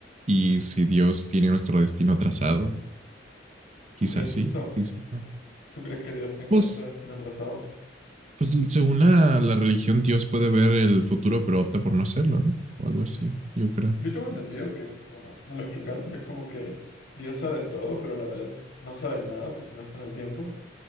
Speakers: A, on the right; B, on the left.
A: Y si Dios tiene nuestro destino trazado,
B: ¿Tú
A: quizás
B: crees
A: sí,
B: eso?
A: quizás no.
B: ¿Tú crees que Dios tenga
A: Pues,
B: nuestro destino trazado?
A: pues según la, la religión, Dios puede ver el futuro, pero opta por no hacerlo, ¿no? O algo así, yo creo.
B: Yo tengo entendido que, bueno, me lo explicaron, que es como que Dios sabe todo, pero a la vez no sabe nada porque no está en el tiempo.